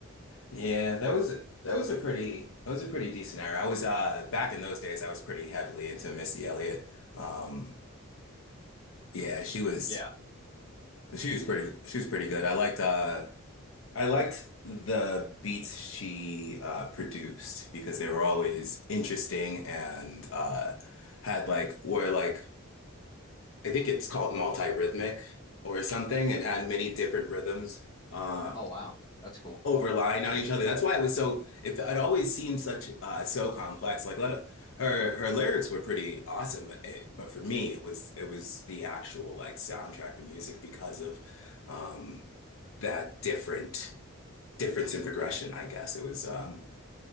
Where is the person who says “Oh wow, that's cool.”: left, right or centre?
Left